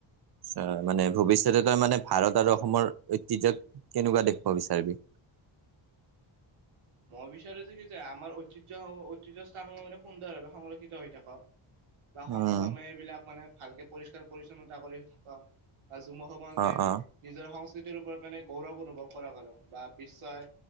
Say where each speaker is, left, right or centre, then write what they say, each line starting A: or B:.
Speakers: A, on the right (about 50°); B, on the right (about 80°).
A: চা মানে ভৱিষ্যতে ত মানে ভাৰত আৰু অসমৰ ঐতিহ্যক কেনেকোৱা দেখুৱাব বিচাৰিবি <inaudible>
B: মই বিচাৰো যে কি যে আমাৰ ঐতিহ্যসমূহ ঐতিহ্য স্থানসমূহ মানে সুন্দৰভাৱে সংৰক্ষিত হৈ থাকক। বা সময়ে
A: উম
B: সময়ে এইবিলাক মানে ভালকে পৰিষ্কাৰ পৰিচ্ছন্নতা কৰি থকা। আৰু যুৱ সমাজে
A: অ' অ'
B: নিজৰ সংস্ক তেওঁৰ ওপৰত মানে গৌৰৱ অনুভৱ কৰা বা বিশ্বই